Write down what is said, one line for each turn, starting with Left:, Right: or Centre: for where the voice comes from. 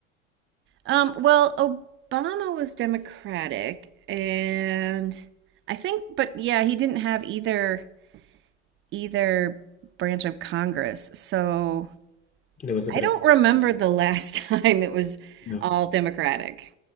Right: Um, well, Obama was Democratic, and I think, but yeah, he didn't have either either branch of Congress. So
Left: There was a
Right: I
Left: bit
Right: don't
Left: of
Right: remember the last <laughs> time it was
Left: no.
Right: all Democratic.